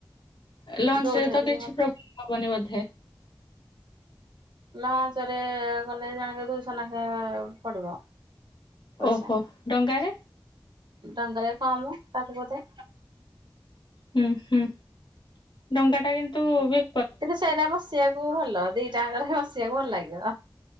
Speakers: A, on the left (about 65°); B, on the right (about 65°).
A: ଲଞ୍ଚରେ
B: ଯୋଉଥିରେ
A: ତ
B: ବି
A: କିଛି
B: ଯିବ
A: ପ୍ରୋବ୍ଲେମ ହବନି ବୋଧେ?
B: ଲଞ୍ଚରେ ଗଲେ ଜଣକେ ଦୁଇଶହ ନେଖା ପଡିବ। ପଇସା
A: ଓ ହୋ ଡଙ୍ଗାରେ?
B: ଡଙ୍ଗାରେ କମ୍ ତାଠୁ ବୋଧେ?
A: ହୁଁ -ହୁଁ ଡଙ୍ଗାଟା କିନ୍ତୁ ବି
B: କିନ୍ତୁ ସେଇଟା ବସିବାକୁ ଭଲ, ଦିଟାଙ୍କରେ ବି ବସିବାକୁ ଭଲ ଲାଗିବ।